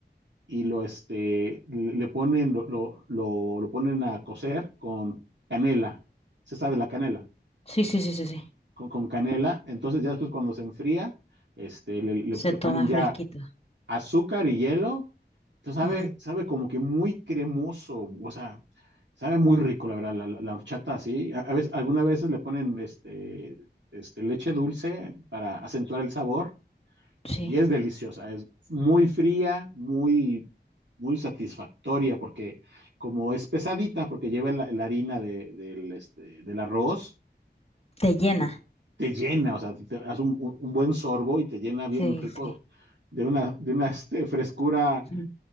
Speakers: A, on the right; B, on the left.
A: y lo, este, le le ponen, lo, lo, lo lo ponen a cocer con canela. ¿Se sabe la canela?
B: Sí, sí, sí, sí, sí.
A: con, con canela. Entonces ya después cuando se enfría, este, le, le-
B: Se
A: le
B: toma
A: ponen ya
B: fresquito.
A: azúcar y hielo. Entonces sabe,
B: Ujú.
A: sabe como que muy cremoso, o sea, sabe muy rico, la verdad, la, la- la horchata así. A, a veces, algunas veces le ponen este, este, leche dulce para acentuar el sabor
B: Sí.
A: y es deliciosa, es muy fría, muy, muy satisfactoria porque como es pesadita, porque lleva la, la harina de- del, este, del arroz
B: Te llena.
A: te, te- llena, o sea, te, te das un, un- un buen sorbo y te llena bien
B: Sí,
A: rico
B: sí.
A: de una, de una este, frescura
B: Mm.